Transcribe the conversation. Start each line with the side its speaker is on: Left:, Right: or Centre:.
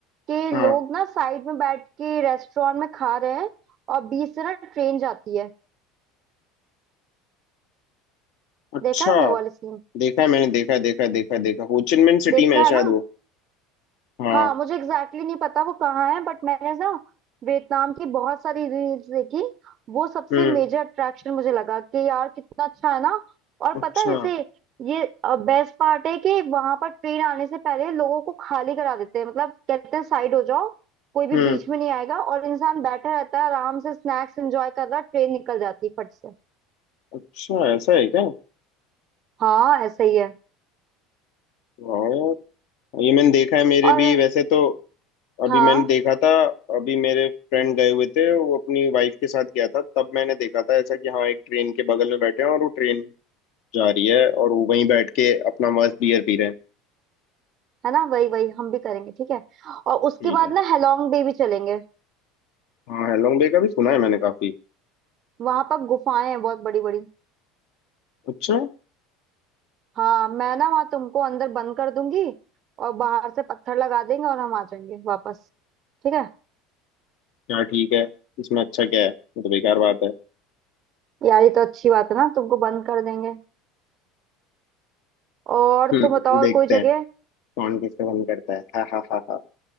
Right: कि
Left: हाँ
Right: लोग ना साइड में बैठ के रेस्टोरेंट में खा रहे हैं और बीच से ना ट्रेन जाती है
Left: अच्छा
Right: देखा है हमने वाले सीन
Left: देखा है मैंने देखा है देखा है देखा है देखा हो चिन मिन सिटी
Right: देखा
Left: में है
Right: है
Left: शायद
Right: ना
Left: वो हाँ
Right: हाँ मुझे एग्जैक्टली exactly नहीं पता वो कहाँ है बट मैंने ना वियतनाम की बहुत सारी रील्स देखी वो सबसे
Left: हम्म
Right: मेजर अट्रैक्शन मुझे लगा कि यार कितना अच्छा है ना और
Left: अच्छा
Right: पता है जैसे ये बेस्ट पार्ट है कि वहां पर ट्रेन आने से पहले लोगों को खाली करा देते हैं मतलब कहते हैं साइड हो जाओ कोई भी
Left: हम्म
Right: बीच में नहीं आएगा और इंसान बैठा रहता है आराम से स्नैक्स एंजॉय कर रहा ट्रेन निकल जाती है फट से
Left: अच्छा ऐसा है क्या
Right: हाँ ऐसा ही है
Left: वाह यार ये मैंने देखा है मेरे
Right: और
Left: भी वैसे तो अभी
Right: हाँ
Left: मैंने देखा था अभी मेरे फ्रेंड गए हुए थे वो अपनी वाइफ के साथ गया था तब मैंने देखा था ऐसा कि हाँ एक ट्रेन के बगल में बैठे हैं और वो ट्रेन जा रही है और वो वहीं बैठ के अपना मस्त बियर पी रहे हैं
Right: है ना वही वही हम भी करेंगे ठीक है और उसके
Left: ठीक
Right: बाद
Left: है
Right: ना हेलोंग बे भी चलेंगे
Left: हाँ हैलोंग बे का भी सुना है मैंने काफी
Right: वहां पर गुफाएं हैं बहुत बड़ी बड़ी
Left: अच्छा
Right: हाँ मैं ना वहां तुमको अंदर बंद कर दूंगी और बाहर से पत्थर लगा देंगे और हम आ जाएंगे वापस ठीक है
Left: क्या ठीक है इसमें अच्छा क्या है ये तो बेकार बात है
Right: यार ये तो अच्छी बात है ना तुमको बंद कर देंगे और
Left: हम्म,
Right: तुम बताओ
Left: देखते
Right: और कोई
Left: हैं
Right: जगह
Left: कौन किसका मन करता है हा हा हा हा